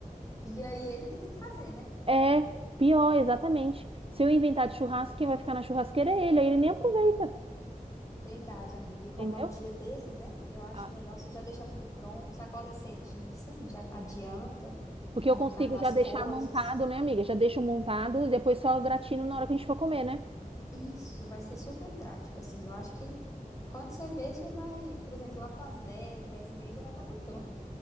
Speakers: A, on the left; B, on the right.
A: E aí ele que tem que fazer, né?
B: É pior, exatamente. Se eu inventar de churrasco, quem vai ficar na churrasqueira é ele, aí ele nem aproveita,
A: Verdade, amiga. E como
B: entendeu?
A: é o dia dele, né? Eu acho
B: Ah,
A: melhor você já deixar tudo pronto. Você acorda cedinho assim, já adianta
B: Porque
A: um
B: eu consigo
A: bocado das
B: já deixar
A: coisas.
B: montado, né, amiga? Já deixo montado e depois só gratino na hora que a gente for comer, né?
A: Isso, vai ser super prático, assim. Eu acho que quando você vê, você vai, por exemplo, lá para as 10, 10 e meia já vai estar tudo pronto.